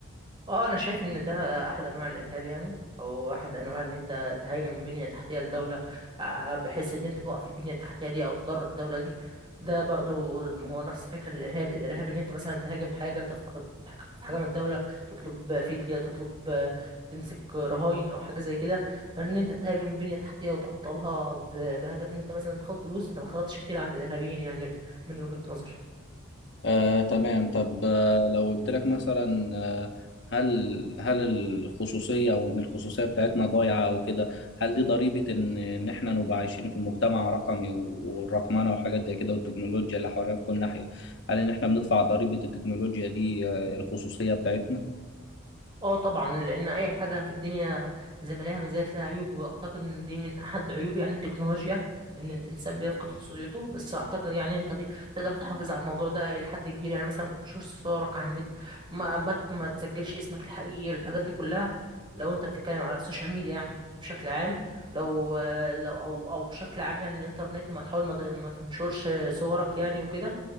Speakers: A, on the right; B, on the left.
A: اه انا شايف ان ده احد انواع الارهاب يعني او احد انواع ان انت تهاجم بنية تحتية لدولة آه، بحيث ان انت توقف البنية التحتية دي او تضر الدولة دي ده برضه هو نفس فكرة الارهاب الارهاب ان انت مثلا تهاجم حاجة تخطف تخطف حاجة من الدولة تطلب فدية تطلب آه، تمسك رهائن او حاجة زي كده فان انت تهاجم بنية تحتية وتعطلها ب- بهدف ان انت مثلا تاخد فلوس انت ما خرجتش كتير عن الارهابيين يعني من وجهة نظري
B: آه، تمام طب آه، لو قلت لك مثلا آه، هل هل الخصوصية او ان الخصوصية بتاعتنا ضايعة او كده هل دي ضريبة ان ان احنا نبقى عايشين في مجتمع رقمي و- والرقمنة وحاجات زي كده والتكنولوجيا اللي حوالينا في كل ناحية هل ان احنا بندفع ضريبة التكنولوجيا دي آه، الخصوصية بتاعتنا
A: اه طبعا لان اي حاجه في الدنيا زي ما ليها مزايا لها عيوب واعتقد ان دي من احد عيوب يعني التكنولوجيا ان الانسان بيفقد خصوصيته بس اعتقد يعني انت ت- تقدر تحافظ على الموضوع ده الى حد كبير يعني مثلا ما تنشرش صورك على النت ما ما ت- ما تسجلش اسمك الحقيقي والحاجات دي كلها لو انت بتتكلم على السوشيال ميديا يعني بشكل عام لو لو او او بشكل عام يعني الانترنت ما تحاول ما ت- ما تنشرش صورك يعني وكده